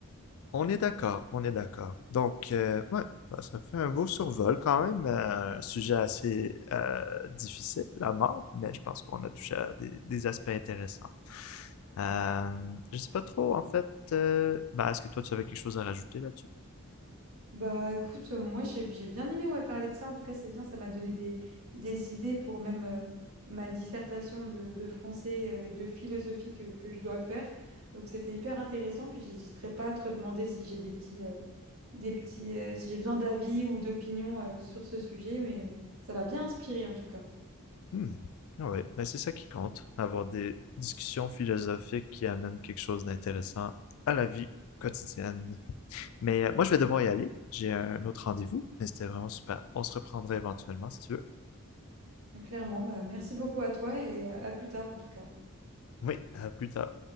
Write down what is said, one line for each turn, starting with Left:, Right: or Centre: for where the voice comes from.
Left: On est d'accord, on est d'accord. Donc, euh, ouais, bah, ça fait un beau survol quand même, euh, un sujet assez euh, difficile, la mort, mais je pense qu'on a touché à des des aspects intéressants. Euh, je sais pas trop, en fait. euh, bah, est-ce que toi, tu avais quelque chose à rajouter là-dessus?
Right: Bah écoute, euh, moi j'ai j'ai bien aimé ouais, parler de ça. En tout cas, c'est bien, ça m'a donné des, des idées pour même euh, ma dissertation de, de français euh, et de philosophie que, que je dois faire. Donc c'était hyper intéressant. Puis j'hésiterai pas à te demander si j'ai des petits, euh, des petits, euh, si j'ai besoin d'avis ou d'opinion euh, sur ce sujet. Mais euh, ça m'a bien inspiré en tout cas.
Left: Hmm. Oui, mais c'est ça qui compte, avoir des discussions philosophiques qui amènent quelque chose d'intéressant à la vie quotidienne. Mais euh, moi, je vais devoir y aller. J'ai un autre rendez-vous, mais c'était vraiment super. On se reprendrait éventuellement si tu veux.
Right: Clairement, bah, merci beaucoup à toi et à à plus tard en tout cas.
Left: Oui, à plus tard.